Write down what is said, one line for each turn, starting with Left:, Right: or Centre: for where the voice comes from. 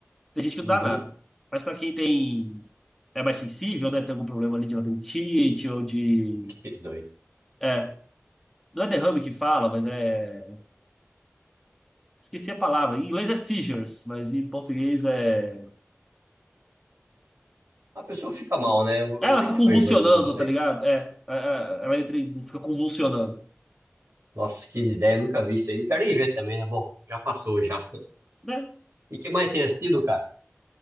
Centre: Tem gente que não
Right: Uhum,
Centre: dá nada. Mas pra quem tem. É mais sensível, né? Tem algum problema ali de labirintite ou de.
Right: que doido.
Centre: É. Não é derrame que fala, mas é. Esqueci a palavra. Em inglês é seizures, mas em português é.
Right: A pessoa fica mal, né? Eu, eu
Centre: Ela
Right: vi
Centre: fica
Right: que
Centre: convulsionando,
Right: foi banido isso
Centre: tá
Right: aí.
Centre: ligado? É, é, é, ela entra e fica convulsionando.
Right: Nossa, que ideia, nunca vi isso aí. Não quero nem ver também, né? Bom, já passou já.
Centre: Né?
Right: E que mais tem assistido, cara?